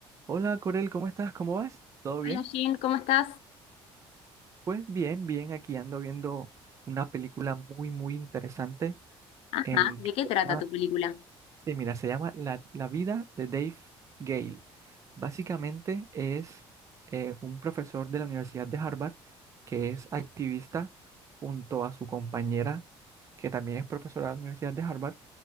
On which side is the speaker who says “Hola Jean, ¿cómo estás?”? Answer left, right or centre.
Left